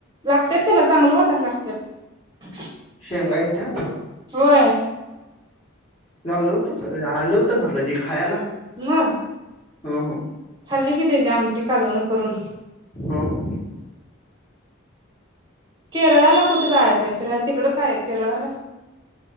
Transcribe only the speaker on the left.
शेंगा येत्यात?
लावलं हुतं? आलं हुतं का कधी खायला?
हो हो
हो, हो.